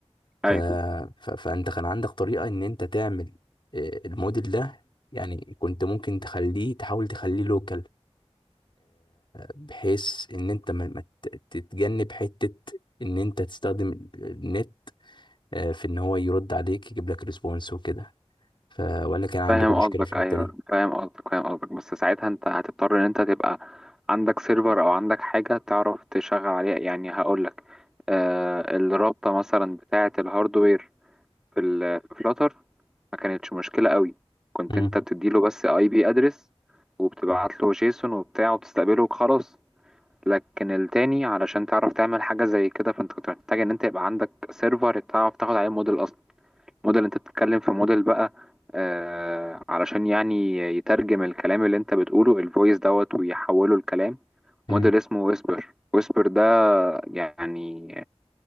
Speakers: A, on the left (about 45°); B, in the centre.
A: ف...
B: ايوه
A: ف... فانت كان عندك طريقة ان انت تعمل آه، الموديل ده يعني كنت ممكن تخليه تحاول تخليه لوكال بحيث ان انت ما ما ت- تتجنب حتة ان انت تستخدم النت آه، في ان هو يرد عليك يجيب لك ريسبونس وكده ف... ولا كان عندكم
B: فاهم قصدك
A: مشكلة في الحتة
B: ايوه
A: دي
B: فاهم قصدك فاهم قصدك بس ساعتها انت هتضطر ان انت تبقى عندك سيرفر او عندك حاجة تعرف تشغل عليها يعني هقولك آه الرابطة مثلا بتاعة الهاردوير في ال في فلاتر ما كانتش مشكلة قوي كنت
A: مم.
B: انت بتديله بس اي بي ادرس وبتبعت له جيسون وبتاع وبتستقبله وخلاص لكن التاني علشان تعرف تعمل حاجة زي كده فانت كنت محتاج ان انت يبقى عندك سيرفر تعرف تاخد عليه موديل اصلا موديل انت بتتكلم في موديل بقى آه علشان يعني يترجم الكلام اللي انت بتقوله الفويس دوت ويحوله لكلام
A: مم.
B: موديل اسمه ويسبر ويسبر ده يعني